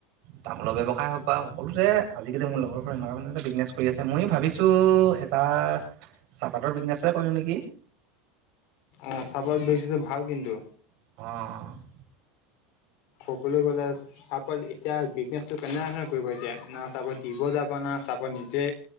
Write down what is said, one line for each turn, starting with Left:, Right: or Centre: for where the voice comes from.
Right: তামোলৰ ব্যৱসায় হওক বা সকলোতে আজিকালি মোৰ লগৰবোৰে এনেকুৱা মানতে বিজনেছ কৰি আছে মইও ভাবিছোঁ এ এটা চাহপাতৰ বিজনেছে কৰো নিকি
Left: অঁ চাহ পাতৰ বিজনেজটো ভাল কিন্তু
Right: অ
Left: সকলো কলেজ চাহপাত এতিয়া বিজনেচটো কেনেকা ধৰণে কৰিব এতিয়া না চাহপাত দিব যাবা না চাহপাত নিজে